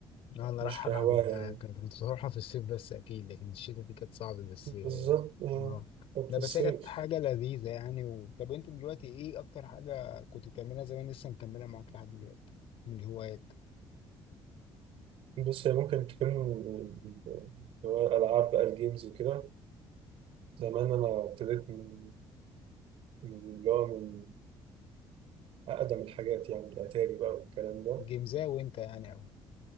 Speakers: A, on the left (about 75°); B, on the right (about 70°).
A: انا
B: مش
A: رايح
B: كهواية
A: العب وبتاع
B: يعني
A: كان- كنت بروحها في الصيف بس اكيد لكن الشتاء دي كانت صعبه بس
B: بالظبط آه،
A: اه
B: كانت
A: لا
B: في
A: بس
B: الصيف
A: هي كانت حاجه لذيذه يعني و... طب انت دلوقتي ايه اكتر حاجه كنت بتعملها زمان لسه مكمله معاك لحد دلوقتي من الهوايات
B: بص هي ممكن تكون اللي هو الألعاب بقى الجيمز وكده زمان أنا ابتديت من من اللي هو من أقدم الحاجات يعني الأتاري بقى والكلام ده
A: جيمزا وانت يعني أو.